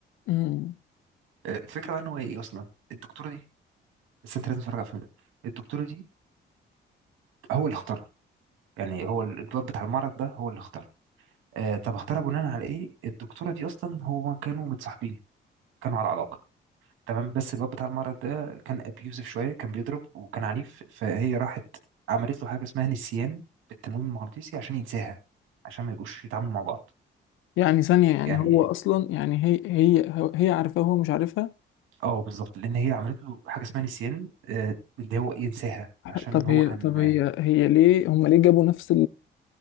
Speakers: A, on the left; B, on the right.
A: امم
B: آه، الفكره بقى ان هو ايه اصلا الدكتوره دي بس انت لازم تتفرج على الفيلم ده الدكتوره دي هو اللي اختارها يعني هو ال- الواد بتاع المرض ده هو اللي اختارها آه طب اختارها بناء على ايه الدكتوره دي اصلا هو كانوا متصاحبين كانوا على علاقه تمام بس الواد بتاع المرض ده كان ابيوزف شويه كان بيضرب وكان عنيف فهي راحت عملت له حاجه اسمها نسيان بالتنويم المغناطيسي عشان ينساها عشان ما يبقوش يتعاملوا مع بعض
A: يعني ثانية يعني
B: يعني
A: هو اصلا يعني هي هي هو- هي عارفاه وهو مش عارفها
B: اه بالظبط لان هي عملت له حاجه اسمها نسيان آه، اللي هو ينساها
A: ح-
B: عشان
A: طب
B: هو
A: هي
B: كان
A: طب هي هي ليه هما ليه جابوا نفس